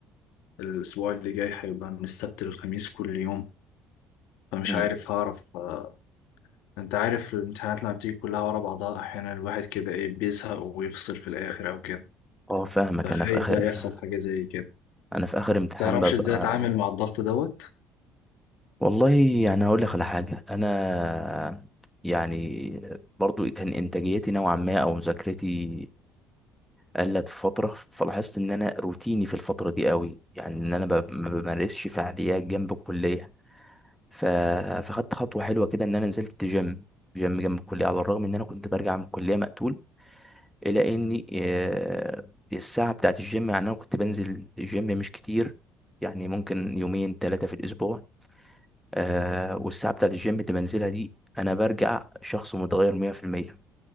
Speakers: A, on the left; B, in the centre.
A: الاسبوع اللي جاي هيبقى من السبت للخميس كل يوم فمش
B: مم.
A: عارف هعرف آه، انت عارف الامتحانات لما بتيجي كلها ورا بعضها احيانا الواحد كده ايه بيزهق ويفصل في الاخر او كده
B: اه فاهمك
A: فخايف
B: انا في اخر
A: بقى يحصل حاجه زي كده
B: انا في اخر امتحان
A: تعرفش
B: ببقى
A: ازاي اتعامل مع الضغط دوت
B: والله يعني هقول لك على حاجه انا يعني برضو كان انتاجيتي نوعا ما او مذاكرتي قلت في فتره فلاحظت ان انا روتيني في الفتره دي قوي يعني ان انا ب- ما بمارسش فعاليات جنب الكليه ف... فخدت خطوه حلوه كده ان انا نزلت جيم جيم جنب الكليه على الرغم ان انا كنت برجع من الكليه مقتول الا اني آه، الساعه بتاعه الجيم يعني انا كنت بنزل الجيم مش كتير يعني ممكن يومين ثلاثه في الاسبوع آه، والساعه بتاعه الجيم اللي بنزلها دي انا برجع شخص متغير 100%